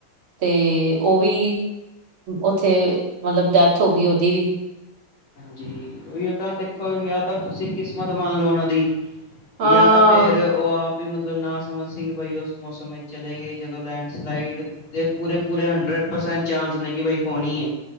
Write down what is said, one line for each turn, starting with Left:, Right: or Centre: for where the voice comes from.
Right: 'ਤੇ ਓ ਵੀ ਉੱਥੇ ਮਤਲਬ ਡੈਥ ਹੋਗੀ ਉਦੀ ਵੀ।
Left: ਜੀ ਉਈਓ ਤਾਂ ਦੇਖੋ ਯਾ ਤਾਂ ਤੁਸੀਂ ਕਿਸਮਤ ਮੰਨ ਲੋ ਉਨਾਂ ਦੀ
Right: ਹਾਂ
Left: ਜਾਂ ਤਾਂ ਫੇਰ ਓ ਆਪ ਈ ਮਤਲਬ ਨਾ ਸਮਝ ਸੀ ਕਿ ਬਾਈ ਉਸ ਮੌਸਮ ਵਿੱਚ ਚਲੇ ਗਏ ਜਦੋਂ ਲੈਂਡਸਲਾਈਡ ਦੇ ਪੂਰੇ-ਪੂਰੇ ਹਡਰਡ ਪਰਸੈਂਟ ਚਾਂਸ ਨੇ ਕਿ ਬਾਈ ਹੋਣੀ ਏ।